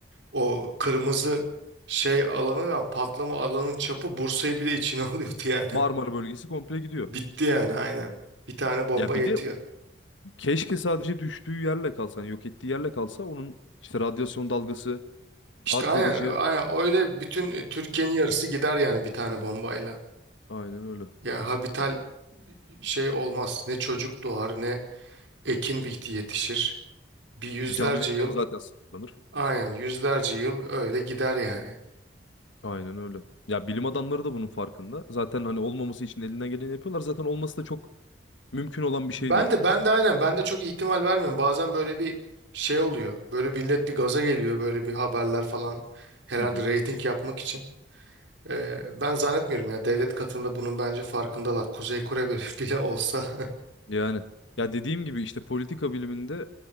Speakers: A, on the right; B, on the left.
A: O kırmızı şey alanı yani patlama alanın çapı Bursa'yı bile içine <laughs> alıyordu yani.
B: Marmara bölgesi komple gidiyor.
A: Bitti yani aynen. Bir tane bomba
B: Ya bir
A: yetiyor.
B: de Keşke sadece düştüğü yerle kalsa, hani yok ettiği yerle kalsa onun işte radyasyon dalgası
A: İşte
B: daha
A: aynen,
B: kalıcı.
A: aynen öyle bütün e, Türkiye'nin yarısı gider yani bir tane bombayla.
B: Aynen öyle.
A: Ya habital şey olmaz. Ne çocuk doğar ne ekin bitti yetişir. Bir yüzlerce
B: Canlı yaşamı
A: yıl
B: zaten sınırlanır.
A: aynen yüzlerce yıl öyle gider yani.
B: Aynen öyle. Ya bilim adamları da bunun farkında. Zaten hani olmaması için elinden geleni yapıyorlar. Zaten olması da çok mümkün olan bir şey
A: Ben
B: değil.
A: de ben de aynen ben de çok ihtimal vermiyorum. Bazen böyle bir şey oluyor. Böyle millet bir gaza geliyor böyle bir haberler falan herhalde
B: Hı hı.
A: reyting yapmak için. Ee, ben zannetmiyorum ya devlet katında bunun bence farkındalar. Kuzey Kore bile, <laughs> bile olsa.
B: Yani ya dediğim gibi işte politika biliminde